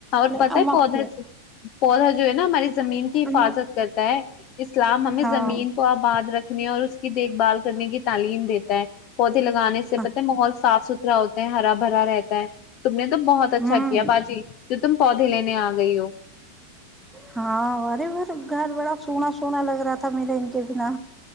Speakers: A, on the left; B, in the centre.
A: پتا
B: اماں
A: ہے پودے
B: کو دیا
A: سے پودا جو ہے نا ہماری زمین کی حفاظت
B: اماں
A: کرتا ہے اسلام ہمیں
B: ہاں
A: زمین کو آباد رکھنے اور اس کی دیکھ بھال کرنے کی تعلیم دیتا ہے پودے لگانے سے
B: ہاں
A: پتا ہے ماحول صاف ستھرا ہوتا ہے ہرا بھرا رہتا ہے تم نے تو بہت اچھا
B: ہوں
A: کیا باجی تم پودے لینے آ گئی ہو
B: ہاں ارے بر <inaudible> گھر بڑا سونا سونا لگ رہا تھا میرے ان کے بنا